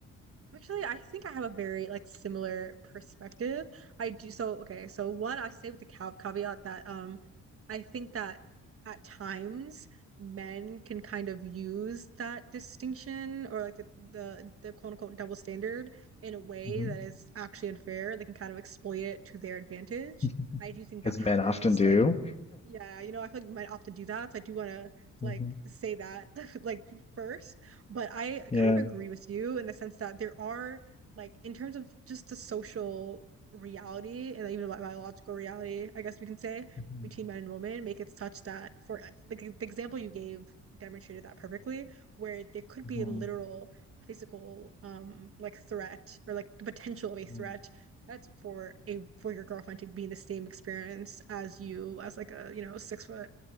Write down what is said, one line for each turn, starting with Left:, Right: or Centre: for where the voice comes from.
Right: Actually, I think I have a very like similar perspective. I do so okay, so one I say with the cav caveat that um I think that at times men can kind of use that distinction or like the the, the quote unquote double standard in a way
Left: Mhm.
Right: that is actually unfair. They can kind of exploit it to their advantage.
Left: <laughs>
Right: I do think that
Left: as
Right: happens.
Left: men often do?
Right: Like yeah, you know, I feel like you might opt to do that. So I do want to like
Left: Mhm.
Right: say that <laughs> like first, but I
Left: Yeah.
Right: kind of agree with you in the sense that there are like in terms of just the social reality and even the biological reality, I guess we can say
Left: Mhm.
Right: between men and women, make it such that for like the example you gave demonstrated that perfectly, where there could
Left: Mhm.
Right: be a literal physical um like threat or like the potential of a threat
Left: Mhm.
Right: that's for a for your girlfriend to be in the same experience as you as like a you know six foot